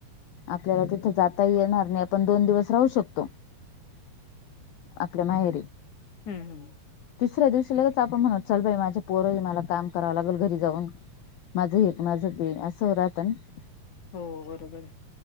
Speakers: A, on the left (about 65°); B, on the left (about 45°).
A: आपल्याला तिथ जाता येणार नाय. आपण दोन दिवस राहू शकतो. आपल्या माहेरी.
B: हम् हम्
A: तिसऱ्या दिवशी लगेच आपण म्हणालोय चल बाई माझी पोर हायत मला काम करावं लागेल घरी जाऊन. माझं हे माझं ते असं होऊन राहताना
B: हो बरोबर